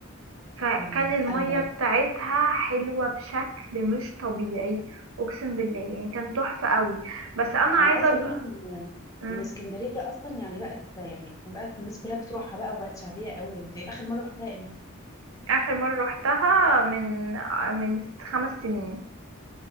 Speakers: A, on the right (about 75°); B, on the left (about 15°).
A: فكان
B: أمم،
A: المية
B: ايوه
A: بتاعتها حلوة بشكل مش طبيعي اقسم بالله يعني كان تحفة قوي بس انا عايزة
B: انا عايزه
A: أج-
B: اقول لك ان
A: مم.
B: ان اسكندريه اصلا يعني بقت يعني بقت الناس كلها بتروحها بقى وبقت شعبيه قوي انت اخر مره رحتها امتى
A: اخر مرة روحتها من آه، من خمس سنين